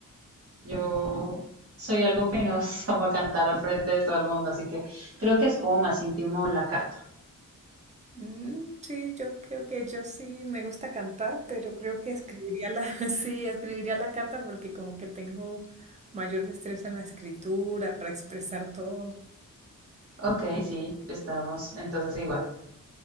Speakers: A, on the right; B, on the right.
A: Yo soy algo penosa <laughs> para cantar al frente de todo el mundo, así que creo que es como más íntimo la carta.
B: Mm, sí, yo creo que yo sí me gusta cantar, pero creo que escribiría la, <laughs> sí, escribiría la carta porque como que tengo mayor destreza en la escritura para expresar todo.
A: Ok, sí, estamos entonces igual.